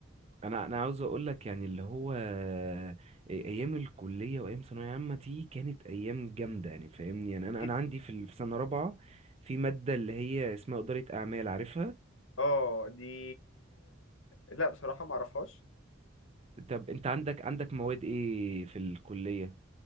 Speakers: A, on the right; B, on the left.
A: انا انا عاوز اقول لك يعني اللي هو آه، ايام الكلية وايام ثانوية عامة دي كانت ايام جامدة يعني فاهمني يعني انا
B: جدا
A: انا عندي في ال- في سنة رابعة في مادة اللي هي اسمها إدارة أعمال عارفها
B: اه دي لا بصراحة ما اعرفهاش
A: طب انت عندك عندك مواد ايه في الكلية